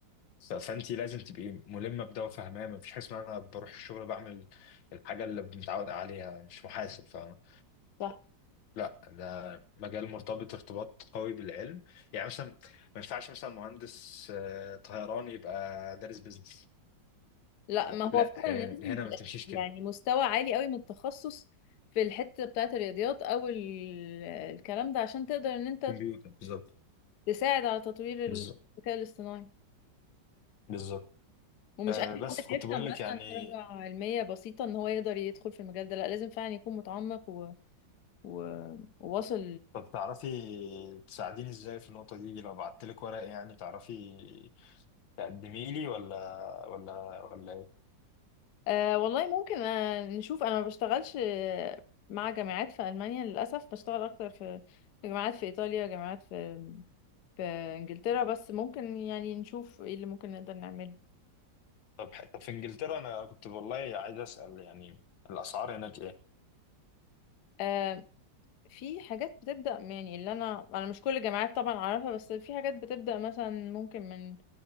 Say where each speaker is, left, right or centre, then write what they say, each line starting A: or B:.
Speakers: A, on the left; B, on the left.
A: ف- فانت لازم تبقي ملمه بده وفاهماه مفيش حاجه اسمها انا بروح الشغل بعمل الحاجه اللي متعود عليها مش محاسب فاهم
B: صح
A: لا ده مجال مرتبط ارتباط قوي بالعلم يعني مثلا ما ينفعش مثلا مهندس آه، طيران يبقى دارس بيزنس
B: لا
A: لا
B: ما
A: لا
B: هو فعلا
A: هي
B: لازم
A: هنا ما
B: يبقى
A: تمشيش كده
B: يعني مستوى عالي قوي من التخصص في الحتة بتاعة الرياضيات او ال- الكلام ده عشان تقدر ان انت
A: كمبيوتر بالظبط
B: تساعد على تطوير الذكاء
A: بالظبط
B: الاصطناعي
A: بالظبط
B: ومش
A: آه
B: اي
A: بس
B: حد
A: كنت
B: بيفهم
A: بقول لك
B: مثلا
A: يعني
B: درجة علمية بسيطة ان هو يقدر يدخل في المجال ده لا لازم فعلا يكون متعمق و... و... وواصل
A: طب تعرفي تساعديني ازاي في النقطة دي لو بعت لك ورق يعني تعرفي تقدمي لي ولا ولا ولا ايه
B: آه والله ممكن آه نشوف انا ما بشتغلش آه، مع جامعات في ألمانيا للأسف بشتغل اكتر في في جامعات في إيطاليا جامعات في في انجلترا بس ممكن يعني نشوف ايه اللي ممكن نقدر نعمله
A: طب طب في انجلترا انا كنت والله عايز اسال يعني الاسعار هناك ايه
B: آه في حاجات بتبدأ يعني اللي انا انا مش كل الجامعات طبعا اعرفها بس في حاجات بتبدأ مثلا ممكن من